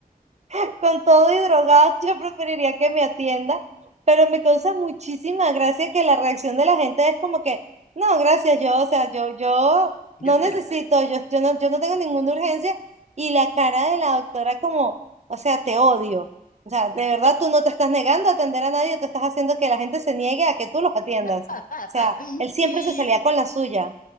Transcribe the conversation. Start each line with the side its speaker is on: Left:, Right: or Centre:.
Right: <laughs> con todo y drogado, yo preferiría que me atienda, pero me causa muchísima gracia que la reacción de la gente es como que, no, gracias, yo, o sea, yo, yo
Left: Yo
Right: no
Left: espero.
Right: necesito, yo, yo no, yo no tengo ninguna urgencia, y la cara de la doctora como, o sea, te odio. O sea, de verdad tú no te estás negando a atender a nadie, tú estás haciendo que la gente se niegue a que tú los atiendas.
Left: <laughs>
Right: O sea, él
Left: Sí,
Right: siempre se salía con la suya.